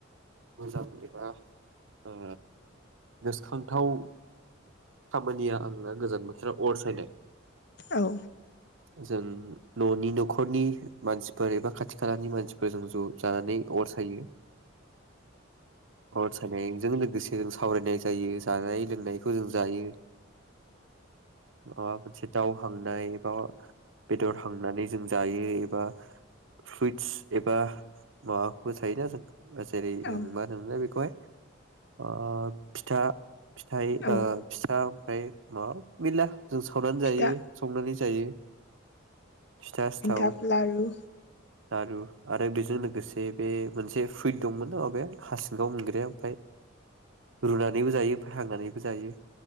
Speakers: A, on the right (about 70°); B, on the left (about 55°).
A: मोजां एबा ओ गोसोखांथाव खामानिया आंना गोजां बोथोराव अर सायनाय।
B: औ
A: जों न'नि नख'रनि मानसिफोर एबा खाथि खालानि मानसिफोर जों ज' जानानै अर सायो अर सायनायजों लोगोसे जों सावरायनाय जायो जानाय लोंनायखौ जों दायो माबा मोनसे दाव हांनाय एबा बेदर हांनानै जों जायो एबा फ्रुइटस एबा माबाबो थायोना जों जेरै
B: औ
A: ओं
B: औ
A: मा होनोमोनलाय बेखौहाय अ फिथा फिथाइ ओ
B: औ
A: ओमफाय मा <unintelligible> जों सावनानै
B: फिथा
A: जायो संनानै जायो। फिथा सिथाव
B: एनथाब लारु
A: लारु आरो बेजों लोगोसे बे मोनसे फुइद दंमोन अबे हा सिंगाव मोनग्राया ओमफाय रुनानैबो जायो ओमफ्राय हांनानैबो जायो।